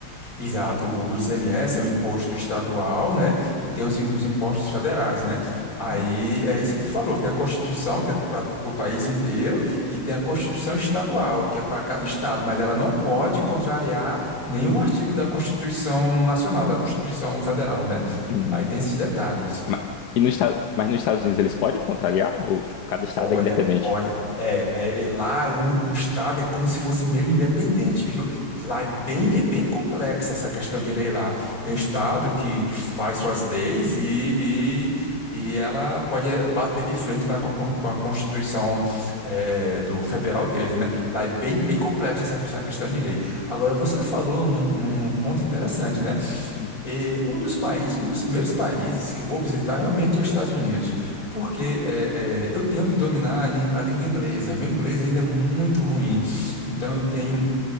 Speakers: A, on the left; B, on the left.
A: Exato, o, o ICMS é um imposto estadual, né? E tem os, os impostos federais, né? Aí
B: Uhum.
A: é isso que tu falou: tem a Constituição, que é para o país inteiro, e tem a Constituição estadual, que é para cada estado, mas ela não pode contrariar nenhum artigo da Constituição Nacional, da Constituição Federal, né?
B: Uhum.
A: Aí tem esses detalhes.
B: Ma- e no estado, mas nos Estados Unidos eles podem contrariar? Ou tipo, cada estado
A: Olha,
B: é independente?
A: olha, é, é, e lá o, o Estado é como se fosse meio independente, viu? Lá é bem, é bem complexa essa questão de lei lá. Tem Estado que, que faz suas leis e, e, e ela pode eh, bater de frente lá com, a con- com a Constituição eh, eh, do federal deles, né? Lá é bem, bem complexa essa, ques- essa questão de lei. Agora, você falou num, num- num ponto interessante, né?
B: Uhum,
A: E um dos países, um dos primeiros países que eu vou visitar realmente é os Estados Unidos, porque eh, eh, eu tenho que dominar a, lí- a língua inglesa. Meu inglês ainda é muito ruim, então eu tenho,